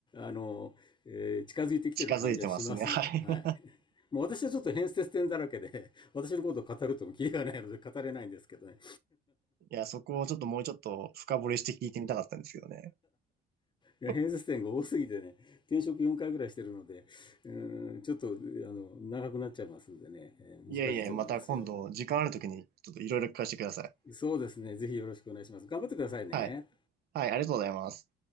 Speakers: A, on the left; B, on the right.
A: あの、えー近づいてきてる感じはしますね。
B: 近づいてますね。はい。
A: はい。
B: <laughs>
A: もう私はちょっと変節点だらけで、<laughs> 私のことを語るともキリがないので語れないんですけどね。
B: いや、そこをちょっともうちょっと深掘りして聞いてみたかったんですけどね。
A: いや変節点が多すぎてね、
B: <laughs>
A: 転職4回ぐらいしてるので、うん、ちょっと、あの、長くなっちゃいますんでね、難しいと思いますよ。
B: いやいや、また今度時間あるときにちょっといろいろ聞かせてください。
A: そうですね。ぜひよろしくお願いします。頑張ってくださいね。
B: はい。はい、ありがとうございます。